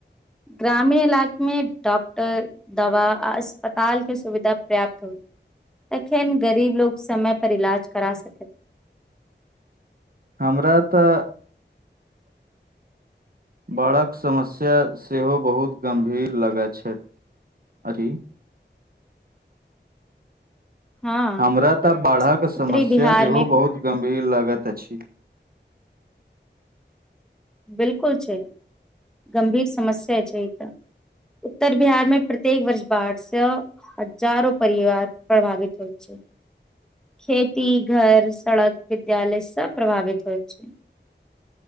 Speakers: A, in the centre; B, on the right (about 50°).
A: ग्रामीण इलाक मे डॉक्टर दवा आ अस्पताल के सुविधा पर्याप्त होइ। एखेन गरीब लोक समय पर इलाज करा सकै।
B: हमरा तऽ बाढ़क समस्या सेहो बहुत गम्भीर लगै छथि अकी
A: हँ
B: हमरा तऽ बाढ़क
A: उत्तरी
B: समस्या
A: बिहार
B: सेहो
A: मे
B: बहुत गम्भीर लागैत अछि
A: बिल्कुल छै गंभीर समस्य छै ई तऽ उत्तर बिहार मे प्रत्येक वर्ष बाढ़सँ हजारो परिवार प्रभावित होइत छै खेती घर सड़क विद्यालय सब प्रभावित होइत छै